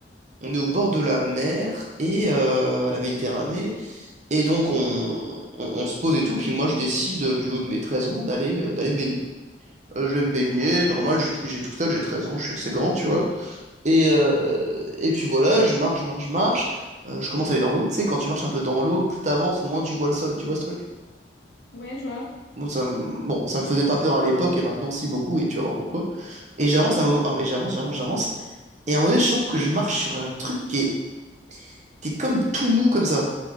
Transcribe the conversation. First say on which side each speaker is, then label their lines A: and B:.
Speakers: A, on the right (about 40°); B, on the left (about 75°).
A: On est au bord de la mer et euh, à la Méditerranée. Et donc, on, on- on se pose et tout. Puis moi, je décide, euh, du haut de mes 13 ans, d'aller euh, d'aller me baigner. Euh, je vais me baigner, normal, j'ai tout j'ai tout seul, j'ai 13 ans, je suis assez grand, tu vois. Et, euh, et puis voilà, je marche, je marche, je marche. Euh, je commence à aller dans l'eau. Tu sais, quand tu marches un peu dans l'eau, plus t'avances, moins tu vois le sol, tu vois ce truc?
B: Ouais, je vois.
A: Bon, ça, me- bon, ça me faisait pas peur à l'époque, et maintenant, si beaucoup, et tu vas voir pourquoi. Et j'avance, à un moment- et j'avance, j'avance, j'avance. Et à un moment donné, je sens que je marche sur un truc qui est, qui est comme tout mou comme ça.